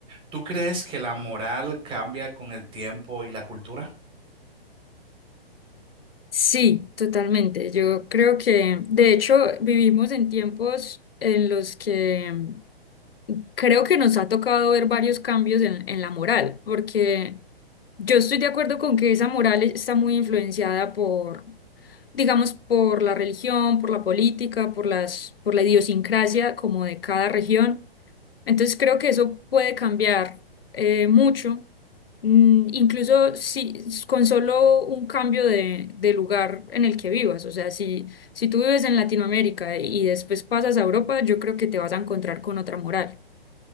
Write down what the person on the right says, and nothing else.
¿tú crees que la moral cambia con el tiempo y la cultura? <laughs>